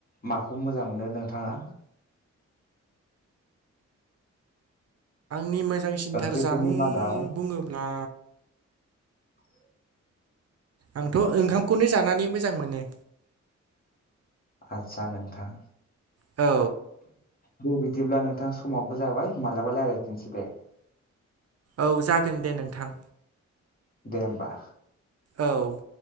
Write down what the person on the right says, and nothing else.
नि मोजांसिनथार
जामुं
बुङो ना
आंथ' ओंखामखौनो जानानै मोजां मोनो।
औ
औ जागोन दे नोंथां।
औ